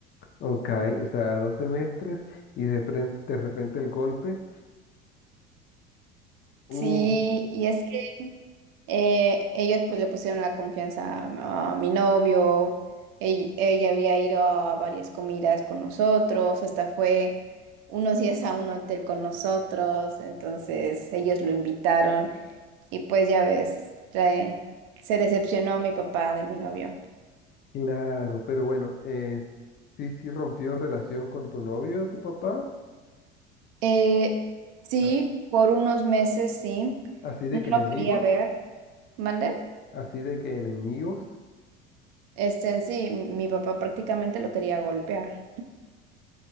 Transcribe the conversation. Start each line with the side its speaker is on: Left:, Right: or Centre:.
Left: Ok, o sea, dos semestres y de, pren- de repente el golpe. Uh,
Right: Sí, y es que eh, ellos pues le pusieron la confianza a, a mi novio, ell- ella había ido a varias comidas con nosotros, hasta fue unos días a un hotel con nosotros, entonces ellos lo invitaron. Y pues ya ves, trae- se decepcionó mi papá de mi novio.
Left: Claro, pero bueno, eh, sí, sí rompió relación con tu novio, tu papá,
Right: Eh, sí,
Left: Ah.
Right: por unos meses sí,
Left: así de
Right: no
Left: que
Right: lo
Left: enemigos,
Right: quería ver. ¿Mande?
Left: así de que enemigos,
Right: Este, en sí, mi papá prácticamente lo quería golpear.